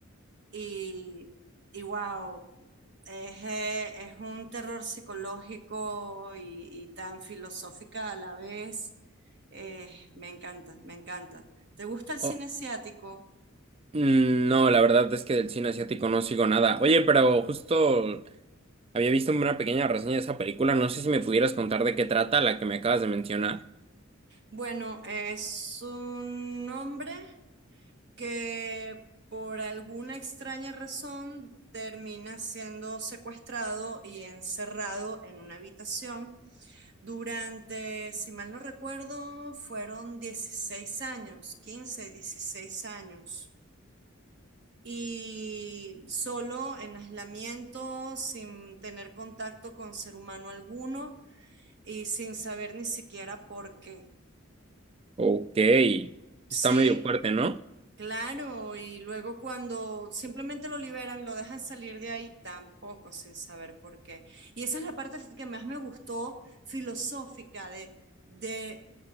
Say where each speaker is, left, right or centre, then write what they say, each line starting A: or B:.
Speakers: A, on the right; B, on the right.
A: y, y wow, es, eh, es un terror psicológico y, y tan filosófica a la vez. Eh, me encanta, me encanta. ¿Te gusta el cine
B: Oh,
A: asiático?
B: mm, no, la verdad es que del cine asiático no sigo nada. Oye, pero justo había visto una pequeña reseña de esa película. No sé si me pudieras contar de qué trata la que me acabas de mencionar.
A: Bueno, es un hombre que por alguna extraña razón termina siendo secuestrado y encerrado en una habitación durante, si mal no recuerdo, fueron 16 años, 15, 16 años. Y solo en aislamiento, sin tener contacto con ser humano alguno y sin saber ni siquiera por qué.
B: Ok,
A: Sí,
B: está medio fuerte, ¿no?
A: Claro, y luego cuando simplemente lo liberan, lo dejan salir de ahí, tampoco sin saber por qué. Y esa es la parte que más me gustó filosófica de, de